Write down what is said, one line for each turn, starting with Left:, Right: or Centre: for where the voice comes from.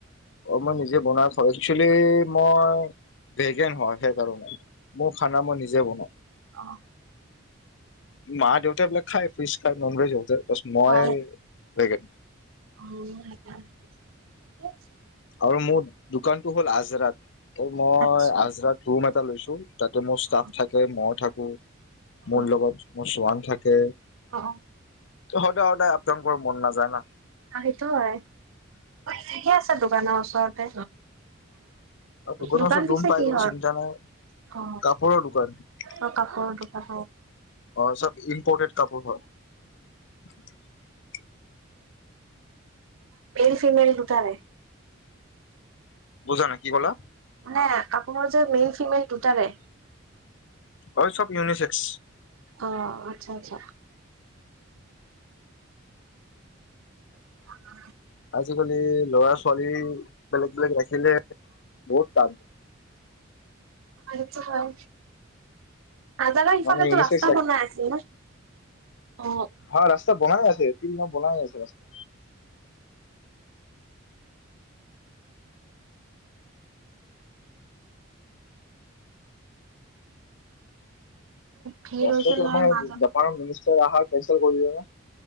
Left: অ', মই নিজে বনাই খাওঁ, একচুৱেলী মই ভেগেন হয় সেইকাৰণে। মোৰ খানা মই নিজে বনাওঁ।
Right: অ
Left: মা দেউতা খায় ফিছ খায় ননভজ সিহঁতে বাছ, মই
Right: অ
Left: ভেগান।
Right: অ', সেইকাৰণে ঠিকে আছে।
Left: আৰু মোৰ দোকানটো হ'ল আজৰাত ত' মই
Right: আচ্ছা
Left: আজৰাত ৰুম এটা লৈছো। তাতে মোৰ ষ্টাফ
Right: অ
Left: থাকে মই থাকো
Right: অ
Left: মোৰ লগত মোৰ চোৱান থাকে।
Right: অ অ
Left: সদায় সদায় আপ ডাউন কৰা মন নাযায় না।
Right: অ, সেইটো হয়, ঠিকে আছে দোকানৰ ওচৰতে
Left: আৰু দোকানৰ
Right: দোকান
Left: ওচৰত
Right: পিছে
Left: ৰুম পাই
Right: কিহৰ
Left: গ'লে চিন্তা নাই।
Right: অ
Left: কাপোৰৰ দোকান। অ,
Right: অ কাপোৰৰ দোকান
Left: চব ইম্পৰ্টেড কাপোৰ <unintelligible>
Right: মে'ল ফিমেল দুটাই।
Left: বুজা নাই কি কলা?
Right: নে কাপোৰ যে মে'ল ফিমেল দুটাৰে?
Left: অ' চব ইউনিচেক্স
Right: অ', আচ্ছা, আচ্ছা। <inaudible>
Left: আজিকালি ল'ৰা ছোৱালী বেলেগ বেলেগ ৰাখিলে বহুত টান।
Right: সেইটো হয় আজাৰা সিফালে
Left: মানে ইউনিচেক্স
Right: তো ৰাস্তা বনাই আছিল। উ
Left: হ, ৰাস্তা বনাই আছে, <unintelligible> বনাই আছে ৰাস্তা।
Right: ভিৰ
Left: ৰাস্তাটো
Right: হৈছিল নহয়
Left: মানে,
Right: মাজতে।
Left: জাপানৰ মিনিষ্টাৰ আহা‌ কেঞ্চেল কৰি দিলে যে